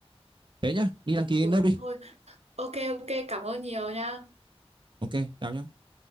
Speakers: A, on the right; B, on the right.
A: thế nhá đi đăng
B: Ừ
A: ký lớp đi
B: thôi. Ok ok cảm ơn nhiều nha.
A: ok chào nhá